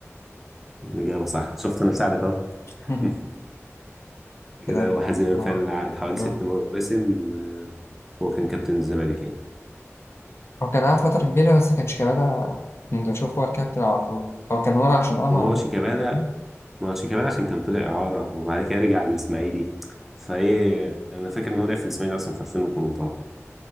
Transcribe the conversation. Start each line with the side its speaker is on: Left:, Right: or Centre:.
Centre: الاجابه صح شفت انا بساعدك اهو
Left: <laughs>
Centre: <laughs> كده
Left: كده أربعة.
Centre: وحزيما فعلا قعد حوالي ست
Left: آه.
Centre: مواسم آه، هو كان كابتن الزمالك يعني
Left: هو كان قعد فترة كبيرة بس كان شيكابالا كنت بشوف هو الكابتن على طول هو كان هنا عشان أمهر
Centre: ما هو
Left: ده
Centre: شيكابالا
Left: كده
Centre: ما هو شيكابالا عشان كان طلع إعارة وبعد كده رجع للإسماعيلي فإيه أنا فاكر إن هو لعب في الإسماعيلي أصلا في 2018